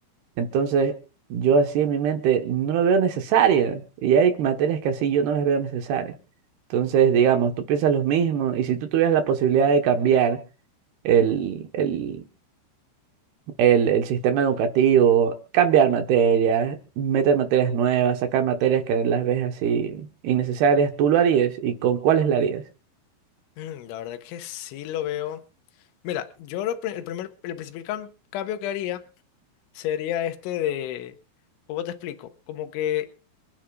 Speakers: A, on the right (about 65°); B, on the left (about 80°).
A: Entonces, yo así en mi mente no lo veo necesaria y hay materias que así yo no las veo necesarias. Entonces, digamos, tú piensas lo mismo y si tú tuvieras la posibilidad de cambiar el, el, el, el sistema educativo, cambiar materias, meter materias nuevas, sacar materias que las ves así innecesarias, ¿tú lo harías? ¿Y con cuáles lo harías?
B: Mm, la verdad que sí lo veo. Mira, yo lo pri- el primer, el principal cam- cambio que haría sería este de, ¿cómo te explico? Como que